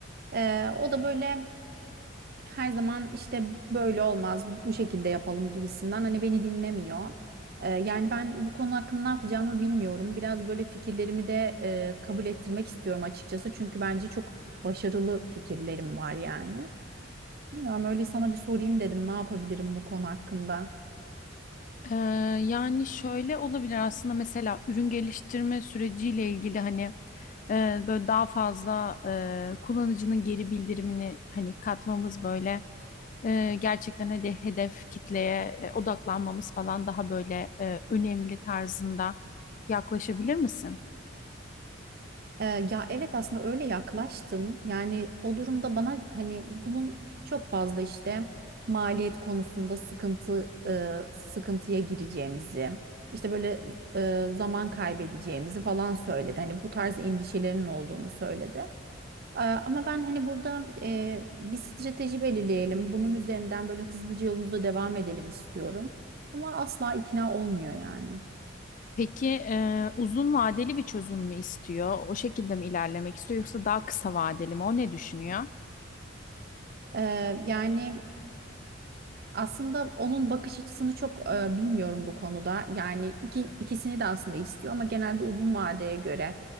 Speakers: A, on the right (about 50°); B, on the left (about 40°).
A: Ee, o da böyle her zaman işte böyle olmaz, bu şekilde yapalım gibisinden hani beni dinlemiyor. Ee, yani ben bu konu hakkında ne yapacağımı bilmiyorum. Biraz böyle fikirlerimi de e, kabul ettirmek istiyorum açıkçası. Çünkü bence çok başarılı fikirlerim var yani. Bilmiyorum öyle sana bir sorayım dedim ne yapabilirim bu konu hakkında.
B: Ee, yani şöyle olabilir aslında mesela ürün geliştirme süreciyle ilgili hani e, böyle daha fazla e, kullanıcının geri bildirimini hani katmamız böyle e, gerçekten hadi hedef kitleye e, odaklanmamız falan daha böyle e, önemli tarzında yaklaşabilir misin?
A: Ee, ya evet aslında öyle yaklaştım. Yani o durumda bana hani bunun çok fazla işte maliyet konusunda sıkıntı e, sıkıntıya gireceğimizi, işte böyle e, zaman kaybedeceğimizi falan söyledi. Hani bu tarz endişelerinin olduğunu söyledi. Ee, ama ben hani burada e, bir strateji belirleyelim. Bunun üzerinden böyle hızlıca yolumuza devam edelim istiyorum. Ama asla ikna olmuyor yani.
B: Peki e, uzun vadeli bir çözüm mü istiyor? O şekilde mi ilerlemek istiyor yoksa daha kısa vadeli mi? O ne düşünüyor?
A: Ee, yani aslında onun bakış açısını çok e, bilmiyorum bu konuda. Yani iki, ikisini de aslında istiyor ama genelde uzun vadeye göre